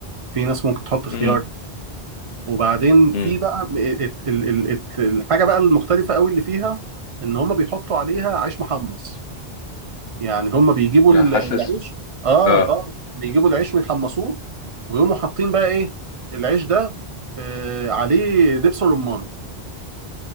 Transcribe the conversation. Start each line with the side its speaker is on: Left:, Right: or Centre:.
Right: في ناس ممكن تحط خيار
Left: امم
Right: وبعدين في
Left: امم
Right: بقى م- إيه، ات- ال- ال- ات- الحاجه بقى المختلفه قوي اللي فيها ان هم بيحطوا عليها عيش محمص يعني هم بيجيبوا
Left: لا،
Right: ال-
Left: حاسس
Right: العيش اه
Left: اه
Right: اه بيجيبوا العيش ويحمصوه ويقوموا حاطين بقى ايه العيش ده آه عليه دبس الرمان